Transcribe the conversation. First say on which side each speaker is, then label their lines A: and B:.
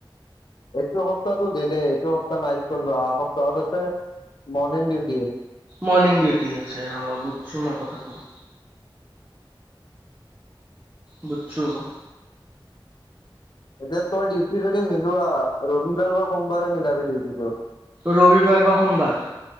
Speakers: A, on the left; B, on the right.
A: এইটো সপ্তাহটো গেলে এইটো সপ্তাহ নাইট কৰিলো অহা সপ্তাহত আছে মৰ্ণিং ডিউটি।
B: মৰ্ণিং ডিউটি আছে অ, বুজছো মই কথাটো। বুজছো অ
A: এতিয়া তই ডিউটি যদি মিলোৱা ৰবিবাৰ বা সোমবাৰে মিলাবি ডিউটিটো
B: ৰবিবাৰ বা সোমবাৰ